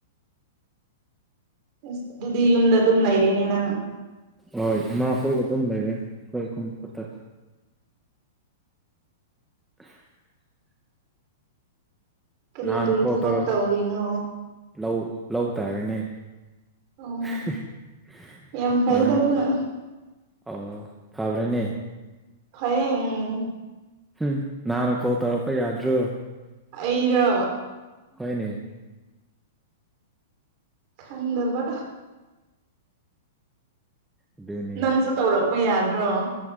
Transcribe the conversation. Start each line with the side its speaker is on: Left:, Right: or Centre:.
Right: ꯑꯁ ꯑꯗꯨꯗꯤ ꯌꯨꯝꯗ ꯑꯗꯨꯝ ꯂꯩꯔꯦꯅꯦ ꯅꯪ꯫
Centre: ꯍꯣꯏ ꯏꯃꯥꯈꯣꯏꯒ ꯑꯗꯨꯝ ꯂꯩꯔꯦ ꯑꯩꯈꯣꯏ ꯑꯍꯨꯝ ꯈꯛꯇ꯫ <unintelligible>
Right: ꯀꯔꯤ
Centre: ꯅꯍꯥꯟꯅ
Right: ꯀꯔꯤ
Centre: ꯀꯣꯜ
Right: ꯊꯕꯛ
Centre: ꯇꯧꯔꯛ
Right: ꯇꯧꯔꯤꯅꯣ
Centre: ꯂꯧ ꯂꯧ ꯇꯥꯔꯦꯅꯦ꯫
Right: ꯑꯣ
Centre: <unintelligible>
Right: ꯌꯥꯝ ꯐꯩꯗ
Centre: ꯅꯥꯟ
Right: ꯑꯗꯨꯅ
Centre: ꯑꯣ ꯐꯕ꯭ꯔꯥꯅꯦ꯫
Right: ꯐꯌꯦ ꯎꯪ꯫
Centre: ꯎꯝ ꯅꯥꯍꯥꯟꫪ ꯀꯣꯜ ꯇꯧꯔꯛꯄ ꯌꯥꯗ꯭ꯔꯣ꯫
Right: ꯑꯩꯔꯣ
Centre: ꯍꫭꯏꯅꯦ
Right: ꯈꯪꯗꯕ
Centre: ꯑꯗꯨꯅꯦ
Right: ꯅꯪꯁꯨ ꯇꯧꯔꯛꯄ ꯌꯥꯗ꯭ꯔꯣ